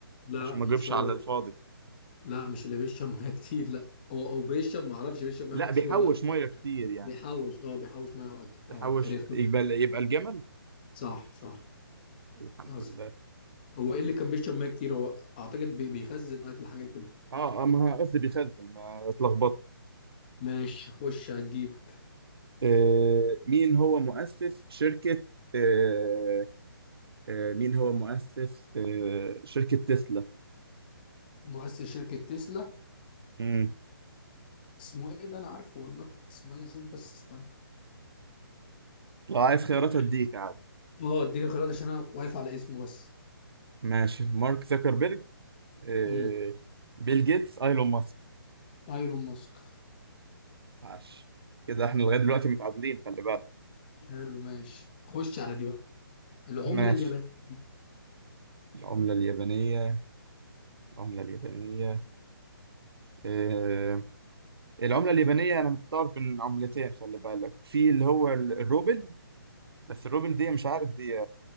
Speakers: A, on the left; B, on the right.
A: لا
B: عشان ما
A: مش
B: اجيبش
A: هو
B: على الفاضي
A: لا مش اللي بيشرب ميه كتير لا هو او بيشرب ما اعرفش بيشرب ميه
B: لا
A: كتير
B: بيحوش
A: ولا لا
B: ميه كتير يعني
A: بيحوش اه بيحوش ميه واكل
B: بيحوش
A: اه عرفت
B: يبقى يبقى الجمل
A: صح صح
B: الحمد
A: اصلي
B: لله
A: هو ايه اللي كان بيشرب ميه كتير هو اعتقد بي- بيخزن اكل حاجه كده
B: اه اه ما هو قصدي بيخزن ما اتلخبطت
A: ماشي خش هتجيبك
B: آه مين هو مؤسس شركة آه آه مين هو مؤسس آه شركة تسلا
A: مؤسس شركه تسلا
B: مم.
A: اسمه ايه ده انا عارفه والله اسمه ايه اقول بس استنى
B: لو عايز خيارات
A: اه
B: اديك عادي
A: آه، اديني خيارات عشان انا واقف على اسمه بس
B: ماشي مارك زكربيرج آه
A: امم
B: بيل جيتس ايلون ماسك
A: ايلون ماسك
B: عاش كده احنا لغاية دلوقتي متعادلين خلي بالك
A: حلو ماشي خش على دي بقى العمله
B: ماشي
A: اليابانيه
B: العملة اليابانية العملة اليابانية آه العملة اليابانية أنا محتار بين عملتين خلي بالك في اللي هو ال- الروبل بس الروبل دي مش عارف دي